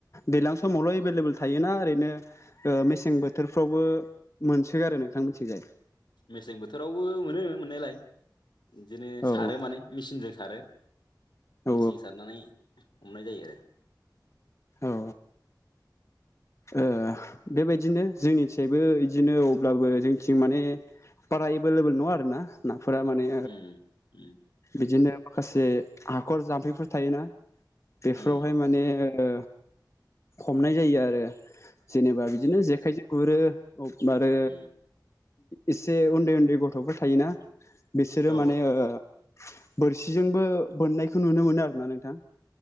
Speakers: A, on the left; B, on the left.
A: दैज्लां समावल' एभेलेबेल थायोना ओरैनो ओ मेसें बोथोरफ्रावबो मोनसोगारो नोंथां मोनथिंजाय?
B: मेसें बोथोरावबो मोनो मोननायलाय बिदिनो
A: औ
B: सारो माने मेचिनजों सारो।
A: औ
B: मिसिं सारनानै हमनाय जायो आरो।
A: औ ओ बेबायदिनो जोंनिथियायबो बिदिनो अब्लाबो जोंथिं माने बारा एभेलेबेल नङा आरोना। नाफोरा माने
B: उम उम
A: बिदिनो माखासे हाखर जाम्फैफोर थायोना बेफोरावहाय
B: उम
A: माने ओ हमनाय जायो आरो। जेनेबा
B: उम
A: बिदिनो जेखाइजों गुरो आरो
B: उम
A: एसे उन्दै उन्दै गथ'फोर थायोना बिसोरो
B: औ
A: माने ओ बोरसिजोंबो बोननायखौ नुनो मोनो आरोना नोंथां।